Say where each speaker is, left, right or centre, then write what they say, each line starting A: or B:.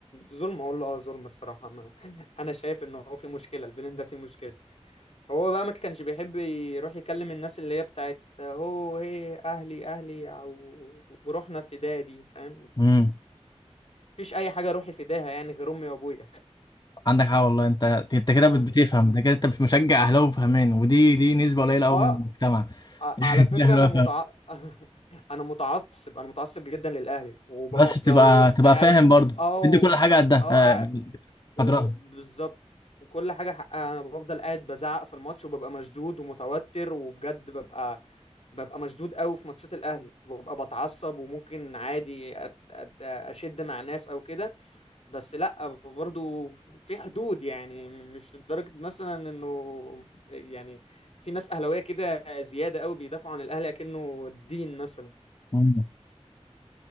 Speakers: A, on the left; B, on the left.
A: ظلم هقول له اه ظلم الصراحة ما <laughs> انا شايف ان هو في مشكلة البيلن ده في مشكلة هو بقى ما كانش بيحب يروح يكلم الناس اللي هي بتاعت هو هي اهلي اهلي او وروحنا فدادي فاهم
B: امم
A: مفيش اي حاجة روحي فداها يعني غير امي وابويا
B: عندك حق والله انت انت كده
A: <laughs>
B: بت-
A: اه
B: بتفهم ده كده انت مشجع اهلاوي فهمان ودي دي نسبة قليلة قوي
A: آه،
B: من المجتمع
A: آه،
B: <laughs>
A: على فكرة
B: لا
A: انا
B: لا
A: متع... <laughs> انا متعصب انا متعصب جدا للاهلي وبفضل
B: بس تبقى تبقى
A: قاعد
B: فاهم برضه
A: او
B: ادي كل حاجه قدها
A: اه
B: آه،
A: قاعد- ب-
B: قدرها
A: بالظبط كل حاجة حقها انا بفضل قاعد بزعق في الماتش وببقى مشدود ومتوتر وبجد ببقى ببقى مشدود قوي في ماتشات الاهلي وببقى بتعصب وممكن عادي أت... أت... اشد مع ناس او كده بس لا برضو في حدود يعني مش لدرجة مثلا انه يعني في ناس اهلاوية كده زيادة قوي بيدافعوا عن الاهلي كأنه الدين مثلا
B: مم.